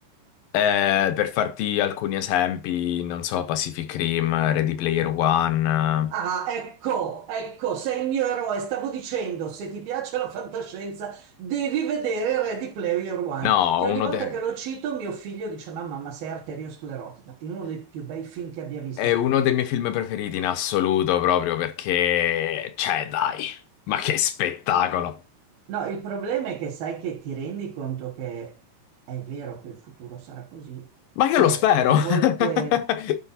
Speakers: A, on the left (about 75°); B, on the right (about 70°).
A: Eh, per farti alcuni esempi, non so, Pacific Rim, Ready Player One.
B: Ah,
A: eh,
B: ecco, ecco, sei il mio eroe. Stavo dicendo, se ti piace la fantascienza, devi vedere Ready Player One,
A: No,
B: che
A: uno
B: ogni volta
A: de-
B: che lo cito mio figlio dice, mamma, ma sei arteriosclerotica. È uno dei più bei film che abbia visto.
A: è uno dei miei film preferiti in assoluto, proprio perché, cioè, dai, ma che spettacolo!
B: No, il problema è che sai che ti rendi conto che è vero che il futuro sarà così.
A: Ma io
B: Cioè,
A: lo spero!
B: a
A: <laughs>
B: volte...